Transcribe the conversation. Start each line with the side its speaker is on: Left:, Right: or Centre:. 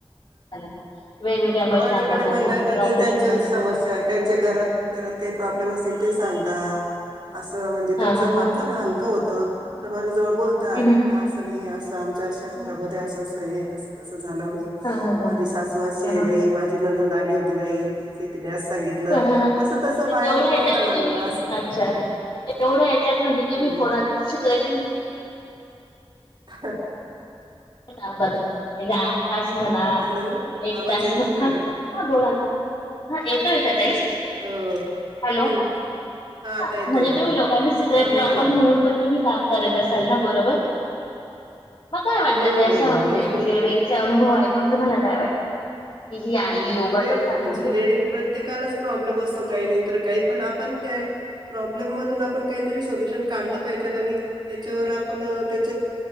Left: ला वेगवेगळ्या,
Right: आता
Left: महिलांना
Right: माझ्याकडे
Left: बघून
Right: महिला येतात
Left: किंवा
Right: ते
Left: मुलींना
Right: त्यांच्या समस्या
Left: बघून
Right: त्यांच्या घरात, घरात काही प्रॉब्लेम असेल ते सांगता. असं म्हणजे त्यांचं
Left: हा हा
Right: मन
Left: हा
Right: जरा हलकं होतं, तर माझ्या जवळ बोलतात.
Left: ह
Right: बुआ असं नाही असं आमच्या अशा घरामध्ये असं असं आहे, तसं तसं झालं बाई.
Left: ह ह ह
Right: माझी सासू अशी आहे
Left: ह
Right: बाई, माझी नणंद आली होती बाई, तिचे तिने अस सांगितलं
Left: ह ह म्हणजे
Right: असं तसं बाया
Left: तेवढ्या
Right: बोलता
Left: याच्यात
Right: माझ्याजवळ
Left: तुम्ही,
Right: असं
Left: अच्छा. तेवढ्या याच्यात म्हणजे तुम्ही
Right: हम्म
Left: कोणात तुमचं सिक्रेट म्हणू
Right: हा
Left: काम करत म्हणजे आठ तास म्हणा,
Right: हॅलो
Left: एक
Right: आवाज
Left: तास
Right: येत
Left: म्हणा.
Right: नाही मॅडम
Left: हा, बोला ना. हा, येतोय का ताई?
Right: हो
Left: हॅलो.
Right: हो हा
Left: हां,
Right: आता येतोय
Left: म्हणजे
Right: बोला
Left: तुम्ही लोकांचे सिक्रेट
Right: हा बोला
Left: लॉकर
Right: ना
Left: म्हणूनं पण तुम्ही काम करत असाल ना, बरोबर. मग का
Right: हो
Left: त्याचे असं
Right: हो
Left: म्हणजे,
Right: हो
Left: लेडीजचे अनुभव ऐकून तुम्हाला काय वाटतं? की ही आली, उगाचंचं
Right: ले
Left: सांगून म्हणजे
Right: लेडी प्रत्येकालाच प्राॅब्लम असतो काई नाई तर काई पण आपण त्या प्राॅब्लम मधून आपण काईतरी सोल्युशन काढलं पायजेल. आणि त्याच्यावर आपणं त्याच्यात